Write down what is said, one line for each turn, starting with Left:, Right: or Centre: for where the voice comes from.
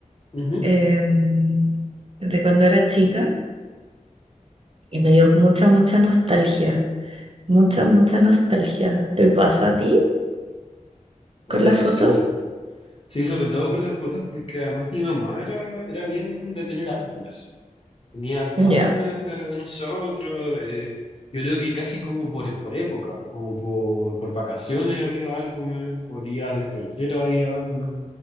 Left: Ujú.
Right: em, de cuando era chica y me dio mucha, mucha nostalgia. Mucha, mucha nostalgia. ¿Te pasa a ti
Left: Oye,
Right: con las fotos?
Left: sí. Sí, sobre todo con las fotos, porque además mi mamá era, era bien de tener álbumes. Tenía hartos
Right: Ya.
Left: álbumes de, de nosotros. eh, yo creo que casi como por, por época, como por, por vacaciones había álbumes, por ir al extranjero había álbumes.